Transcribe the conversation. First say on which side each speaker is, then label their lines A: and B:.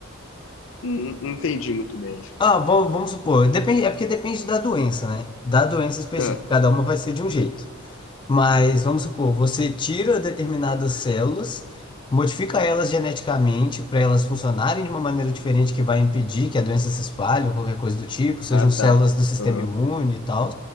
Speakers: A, on the left (about 65°); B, on the left (about 25°).
A: Não, não entendi muito bem.
B: Ah, vamos, vamos supor, depende, é porque depende da doença, né? Da doença específica,
A: Ah,
B: cada uma vai ser de um jeito. Mas vamos supor, você tira determinadas células, modifica elas geneticamente para elas funcionarem de uma maneira diferente que vai impedir que a doença se espalhe ou qualquer coisa do tipo, sejam
A: ah,
B: células
A: tá.
B: do sistema
A: Aham,
B: imune e tal,